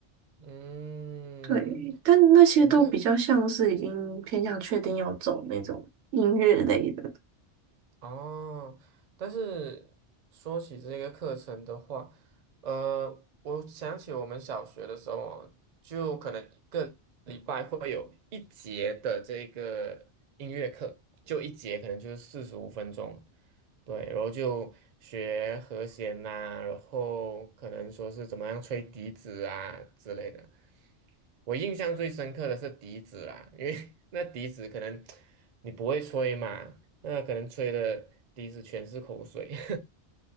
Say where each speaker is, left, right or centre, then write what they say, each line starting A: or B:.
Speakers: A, on the right; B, on the right.
A: 嗯，
B: 对，但那些都比较像是已经偏向确定要走那种音乐类的。
A: 我们的哦，但是说起这个课程的话，呃，我想起我们小学的时候哦，就可能一个礼拜会有一节的这个音乐课，就一节可能就是四十五分钟。对，然后就学和弦呐、然后可能说是怎么样吹笛子啊之类的。我印象最深刻的是笛子啦，因为 <laughs> 那笛子可能你不会吹嘛，那可能吹的笛子全是口水，